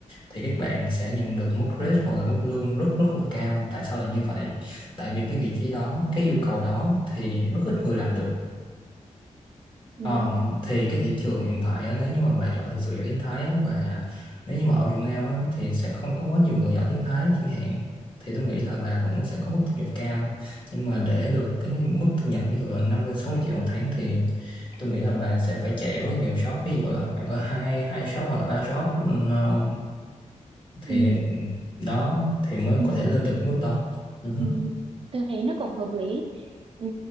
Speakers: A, on the left; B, on the right.
A: thì các bạn sẽ nhận được mức rate hoặc là mức lương rất rất là cao tại sao lại như vậy tại vì cái vị trí đó cái yêu cầu đó thì rất ít người làm được
B: ừ,
A: Ờ, thì cái thị trường hiện tại á, nếu như mà bà giỏi thực sự giỏi tiếng Thái á, và nếu như mà ở Việt Nam á, thì sẽ không có quá nhiều người giỏi tiếng Thái chẳng hạn thì tôi nghĩ là bà vẫn sẽ có mức thu nhập cao nhưng mà để được cái mức thu nhập ví dụ là năm mươi sáu mươi triệu một tháng thì tôi nghĩ là bà sẽ phải chạy rất nhiều shop ví dụ là bạn có hai hai shop hoặc là ba shop ừm, ờ, thì
B: ừ,
A: đó thì mới
B: ừ.
A: có thể lên được cái mức đó ừ, hứ.
B: Ừ, tôi thấy nó cũng hợp lý. Ừ,